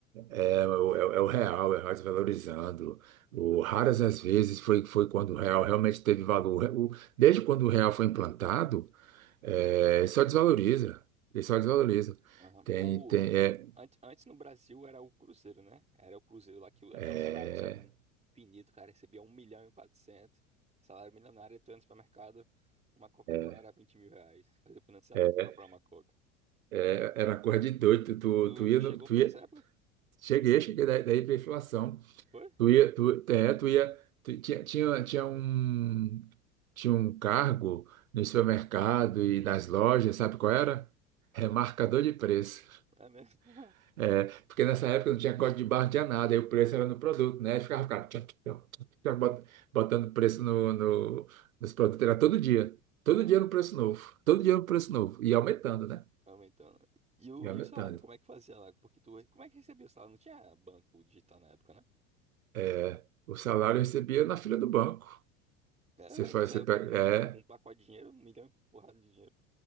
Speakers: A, on the right (about 80°); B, on the right (about 15°).
A: É, o é o- é o real, é o real desvalorizando. O,
B: Hum,
A: raras as vezes foi, foi quando o real realmente teve valor. O- desde quando o real foi implantado, é, ele só desvaloriza. Ele só desvaloriza.
B: aham.
A: Tem, tem, é,
B: Antes, antes no Brasil era o Cruzeiro, né? Era o Cruzeiro lá que o- até
A: é,
B: os salários eram finitos, o cara recebia um milhão e quatrocentos salário milionário, tu ia no supermercado, uma Coca-Cola
A: é,
B: era vinte mil reais, fazer financiamento
A: é,
B: pra comprar uma Coca.
A: é, era uma coisa de doido. Tu,
B: Tu,
A: tu ia,
B: tu chegou
A: no- tu
B: por
A: ia,
B: essa época?
A: cheguei, cheguei daí, daí para inflação.
B: Foi?
A: Tu ia, tu, é, tu ia, tu- tinha, tinha, tinha um, tinha um cargo no supermercado e nas lojas, sabe qual
B: Hã,
A: era? Remarcador
B: qual?
A: de preço.
B: É mesmo?
A: É, porque nessa época não tinha código de barra, não tinha nada, aí o preço era no produto, né? Aí Ficava, ficava tchac, tchac, tchac, tchac, bot- botando preço no, no- nos produtos, era todo dia.
B: <laughs> Nossa,
A: Todo dia no preço novo, todo dia no preço novo, e aumentando, né?
B: aumentando. E o,
A: E aumentando.
B: e o salário, como é que fazia lá? Porque tu, como é que recebia o salário? Não tinha banco digital na época, né?
A: É, o salário eu recebia na fila do banco.
B: É,
A: Você
B: velho,
A: faz,
B: tu saiu
A: você
B: o
A: pega,
B: quê? Com uns-
A: é.
B: com um pacote de dinheiro, um milhão e porrada de dinheiro.